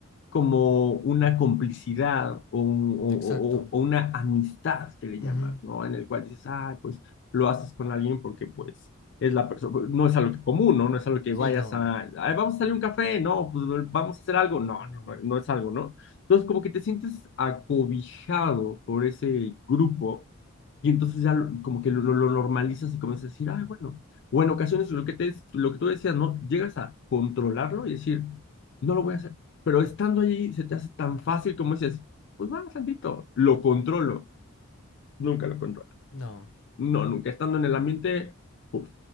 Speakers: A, on the left (about 50°); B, on the left (about 75°).
A: como una complicidad o, un- o-
B: Exacto.
A: o- o una amistad que le llamas,
B: Ujú.
A: ¿no? En el cual dices, ah, pues lo haces con alguien porque pues es la persona, no es algo que común, ¿no? No es algo que
B: Sí,
A: vayas
B: no,
A: a, "Ay, vamos a salir a un café, no, pues vamos a hacer algo, no,
B: no,
A: no, no no es algo, ¿no? Entonces como que te sientes acobijado por ese grupo y entonces ya lo- como que lo, lo normalizas y comienzas a decir, ay, bueno, o en ocasiones lo que te, lo que tú decías, ¿no? Llegas a controlarlo y decir, no lo voy a hacer, pero estando allí se te hace tan fácil como dices, pues va, tantito, lo controlo, nunca lo controlo.
B: no.
A: No, nunca estando en el ambiente, uf,